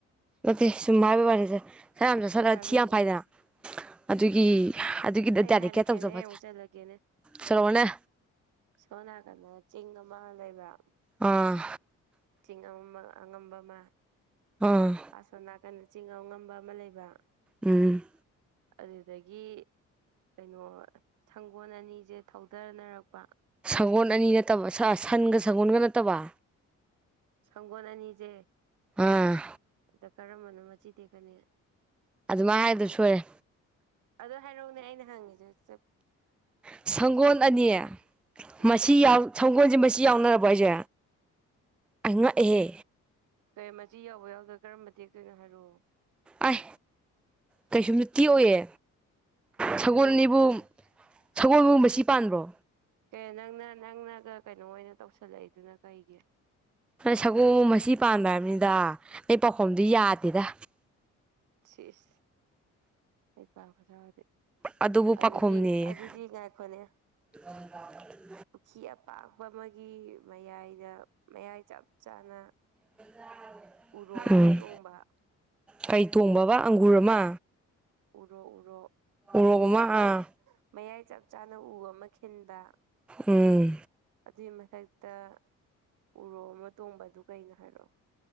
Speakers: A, in the centre; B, on the right (about 80°).
A: ꯅꯠꯇꯦ ꯁꯨꯝ ꯍꯥꯏꯕꯩ ꯋꯥꯅꯦꯗ ꯆꯥꯛ ꯌꯥꯝ ꯆꯥꯁꯤꯟꯂꯒ
B: ꯁꯨꯝ ꯍꯥꯏꯕ
A: ꯊꯤ ꯌꯥꯝ
B: ꯌꯥꯗꯦ
A: ꯐꯥꯏꯗꯅ ꯑꯗꯨꯒꯤ ꯑꯗꯨꯒꯤ ꯗꯦꯗꯤꯀꯦꯠ
B: ꯑꯩ ꯍꯥꯏꯔꯛꯀꯦꯅꯦ
A: ꯇꯧꯖꯕ
B: ꯑꯩ ꯑꯃꯨꯛ ꯆꯟꯂꯛꯀꯦꯅꯦ꯫
A: ꯁꯣꯔꯣꯛꯍꯣꯏꯅ
B: ꯁꯣꯝ ꯅꯀꯟꯗ ꯆꯤꯡ ꯑꯃ ꯂꯩꯕ꯫
A: ꯑꯥ
B: ꯆꯤꯡ ꯑꯉꯝꯕ ꯑꯉꯝꯕ ꯑꯃ꯫
A: ꯑꯥ꯫
B: ꯑꯁꯣꯝ ꯅꯥꯀꯟꯗ ꯆꯤꯡ ꯑꯉꯝꯕ ꯑꯃ ꯂꯩꯕ꯫
A: ꯎꯝ꯫
B: ꯑꯗꯨꯗꯒꯤ꯫ ꯀꯩꯅꯣ ꯁꯪꯒꯣꯜ ꯑꯅꯤꯁꯦ ꯊꯧꯗꯅꯔꯛꯄ꯫
A: ꯁꯒꯣꯜ ꯑꯅꯤ ꯅꯠꯇꯕ ꯁꯟꯒ ꯁꯒꯣꯜꯒ ꯅꯠꯇꯕ꯫
B: ꯁꯪꯒꯣꯜ ꯑꯅꯤꯁꯦ
A: ꯑꯥ
B: ꯑꯗ ꯀꯔꯝꯕꯅꯣ ꯃꯆꯤ ꯇꯦꯛꯀꯅꯤ꯫
A: ꯑꯗꯨꯃꯥꯏ ꯍꯥꯏꯕꯗꯣ ꯁꯣꯏꯔꯦ꯫
B: ꯑꯗꯣ ꯍꯥꯏꯔꯛꯎꯅꯦ ꯑꯩꯅ ꯍꯪꯉꯤꯁꯦ ꯆꯞ
A: ꯁꯪꯒꯣꯜ ꯑꯅꯤ
B: ꯎꯝ
A: ꯃꯆꯤ ꯌꯥꯎ ꯁꯒꯣꯜꯁꯦ ꯃꯆꯤ ꯌꯥꯎꯅꯔꯕꯣ ꯍꯥꯏꯁꯦ ꯑꯩ ꯉꯛꯑꯦꯍꯦ꫰꫰
B: ꯀꯩ ꯃꯆꯤ ꯌꯥꯎꯕ ꯌꯥꯎꯗꯕ ꯀꯔꯝꯕ ꯇꯦꯛꯇꯣꯏꯅꯣ ꯍꯥꯏꯔꯛꯑꯣ꯫
A: ꯑꯥꯏ ꯀꯩꯁꯨꯨꯝ ꯇꯦꯛꯑꯣꯏꯌꯦ ꯁꯒꯣꯜ
B: ꯑꯗꯨ
A: ꯑꯅꯤꯕꯨ
B: ꯍꯥꯏꯕ
A: ꯁꯒꯣꯜꯕꯨ ꯃꯆꯤ ꯄꯥꯟꯕ꯭ꯔꯣ꯫
B: ꯀꯩꯅꯣ ꯅꯪꯅ ꯅꯪꯅꯒ ꯀꯩꯅꯣ ꯑꯣꯏꯅ ꯇꯧꯁꯜꯂꯛꯏꯗꯨꯅ ꯀꯩꯒꯤ꯫
A: ꯁꯒꯣꯜꯕꯨ ꯑꯆꯤ ꯄꯥꯟꯕ꯭ꯔ ꯍꯥꯏꯕꯅꯤꯗ ꯅꯪ ꯄꯥꯎꯈꯨꯝꯗꯨ ꯌꯥꯗꯦꯗ꫰꫰
B: ꯁꯤꯁ ꯍꯩꯄꯥ ꯈꯨꯁꯥꯗꯤ꯫
A: ꯑꯗꯨꯕꯨ ꯄꯥꯈꯣꯝꯅꯦꯌꯦ
B: ꯑꯗꯨꯗꯤ ꯑꯗꯨꯗꯤ ꯉꯥꯏꯈꯣꯅꯦ꯫
A: <unintelligible>
B: ꯄꯨꯈ꯭ꯔꯤ ꯑꯄꯥꯛꯄ ꯑꯃꯒꯤ ꯃꯌꯥꯏꯗ ꯃꯌꯥꯏ ꯆꯞ ꯆꯥꯅ꯫
A: <unintelligible>
B: ꯎꯔꯣꯛ
A: ꯎꯝ
B: ꯑꯃ ꯇꯣꯡꯕ꯫
A: ꯀꯩ ꯇꯣꯡꯕ ꯑꯪꯒꯨꯔ ꯑꯃ꯫
B: ꯎꯔꯣ ꯎꯔꯣ꯫
A: ꯎꯔꯣꯛ
B: ꯎ ꯑꯃ
A: ꯑꯥ
B: ꯃꯌꯥꯏ ꯆꯞ ꯆꯥꯅ ꯎ ꯑꯃ ꯈꯤꯟꯕ꯫
A: ꯎꯝ
B: ꯑꯗꯨꯏ ꯃꯊꯛꯇ ꯎꯔꯣ ꯑꯃ ꯇꯣꯡꯕ ꯑꯗꯨ ꯀꯩꯅꯣ ꯍꯥꯏꯔꯛꯑꯣ꯫